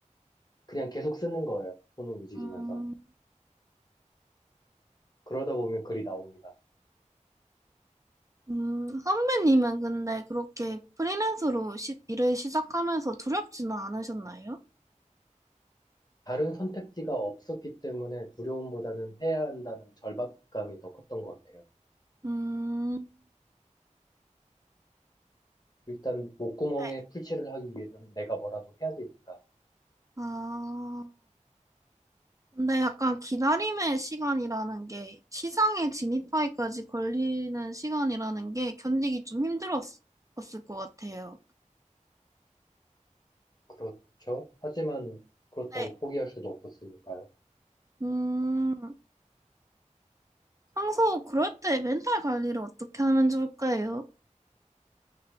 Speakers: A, on the left; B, on the right.
A: 그냥 계속 쓰는 거예요. 손을 움직이면서.
B: 음.
A: 그러다 보면 글이 나옵니다.
B: 음, 선배님은 근데 그렇게 프리랜서로 시- 일을 시작하면서 두렵지는 않으셨나요?
A: 다른 선택지가 없었기 때문에 두려움보다는 해야 한다는 절박감이 더 컸던 것 같아요.
B: 음,
A: 일단 목구멍에
B: 네.
A: 풀칠을 하기 위해서는 내가 뭐라도 해야 되니까.
B: 아, 근데 약간 기다림의 시간이라는 게 시장에 진입하기까지 걸리는 시간이라는 게 견디기 좀 힘들었을 것 같아요.
A: 그렇죠. 하지만 그렇다고
B: 네.
A: 포기할 수도 없었으니까요.
B: 음, 평소 그럴 때 멘탈 관리를 어떻게 하면 좋을까요?